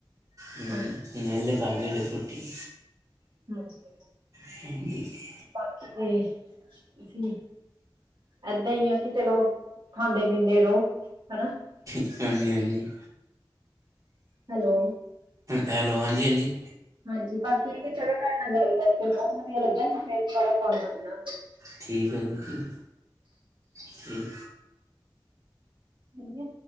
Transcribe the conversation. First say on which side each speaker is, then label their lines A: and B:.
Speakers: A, on the right; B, on the right.
A: ਹਾਂਜੀ
B: ਹੂੰ ਨਹੀ ਹੱਲੇ ਖਾਂਣੀ ਰੋਟੀ
A: ਹਾਂਜੀ-ਹਾਂਜੀ।
B: <unintelligible>
A: ਬਾਕੀ ਤੇ ਅਸੀਂ ਏਦਾਂ ਈ ਆ ਕਿ ਚੱਲੋ ਖਾਂਦੇ ਪੀਂਦੇ ਰੋ ਹਨਾ।
B: ਹਾਂਜੀ-ਹਾਂਜੀ।
A: ਹੈਲੋ।
B: ਹੈਲੋ ਹਾਂਜੀ-ਹਾਂਜੀ
A: ਹਾਂਜੀ ਬਾਕੀ ਏ ਕੀ ਚਲੋ ਤੁਹਾਡੇ ਨਾਲ ਗੱਲ ਕਰਕੇ ਬੋਤ ਵਧੀਆ ਲੱਗਿਆ ਅਸੀ ਫੇਰ ਦੁਬਾਰਾ ਕਾੱਲ ਨਾਲ ਜੁੜਾਂਗੇ।
B: ਠੀਕ ਆ ਜੀ ਠੀਕ
A: ਨਹੀਂ